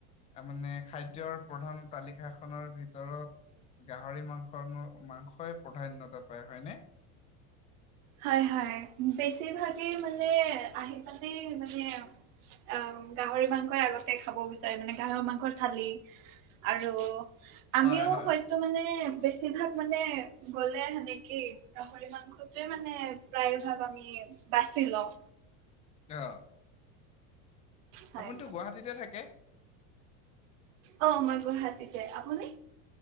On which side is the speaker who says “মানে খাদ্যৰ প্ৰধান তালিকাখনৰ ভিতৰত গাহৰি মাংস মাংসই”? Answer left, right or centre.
Left